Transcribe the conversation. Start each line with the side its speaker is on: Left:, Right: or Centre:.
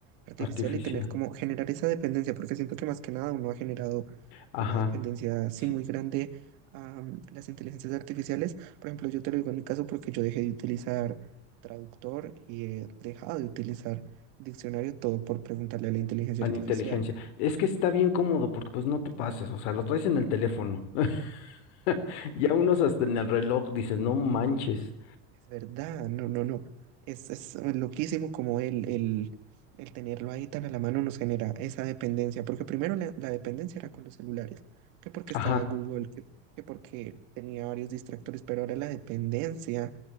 Right: artificial
Left: artificial,
Right: y tener como generar esa dependencia, porque siento que más que nada uno ha generado
Left: ajá,
Right: una dependencia así
Left: sí,
Right: muy grande a mm, las inteligencias artificiales. Por ejemplo, yo te lo digo en mi caso porque yo dejé de utilizar traductor y he dejado de utilizar diccionario todo por preguntarle a la inteligencia
Left: a
Right: artificial.
Left: la inteligencia. Es que está bien cómodo porque pues no te pases, o sea, lo traes en el teléfono, <laughs> ya unos hasta en el reloj dices, no manches,
Right: Es verdad, no, no, no. Es, es eh, loquísimo como el, el, el tenerlo ahí tan a la mano nos genera esa dependencia, porque primero la, la dependencia era con los celulares, que porque estaba
Left: ajá,
Right: Google, que, que porque tenía varios distractores, pero ahora la dependencia,